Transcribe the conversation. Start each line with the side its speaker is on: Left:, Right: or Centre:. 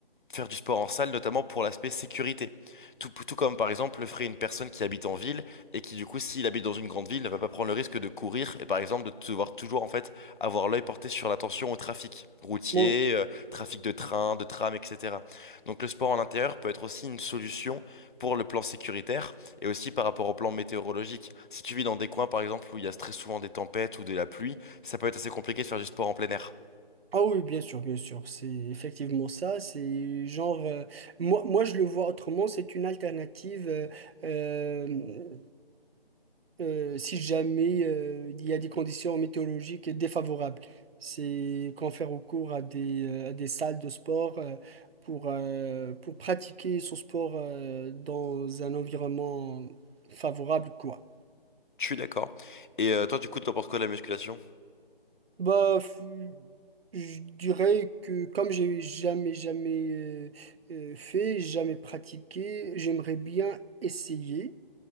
Left: faire du sport en salle, notamment pour l'aspect sécurité. Tout, tout comme par exemple le ferait une personne qui habite en ville et qui du coup s'il habite dans une grande ville ne va pas prendre le risque de courir et par exemple de devoir toujours en fait avoir l'œil porté sur l'attention au trafic routier,
Right: Bon.
Left: euh, trafic de train, de tram, etc. Donc le sport en intérieur peut être aussi une solution pour le plan sécuritaire et aussi par rapport au plan météorologique. Si tu vis dans des coins par exemple où il y a très souvent des tempêtes ou de la pluie, ça peut être assez compliqué de faire du sport en plein air.
Right: Ah oui, bien sûr, bien sûr. C'est effectivement ça. C'est genre. euh, moi, moi, je le vois autrement. C'est une alternative. euh, euh, euh, si jamais euh, il y a des conditions météorologiques défavorables. C'est qu'on fait recours à des, euh, à des salles de sport euh, pour, euh, pour pratiquer son sport euh, dans un environnement favorable, quoi.
Left: Je suis d'accord. Et euh, toi du coup t'en penses quoi de la musculation?
Right: Bah, f- je dirais que comme j'ai jamais, jamais euh, euh, fait, jamais pratiqué, j'aimerais bien essayer.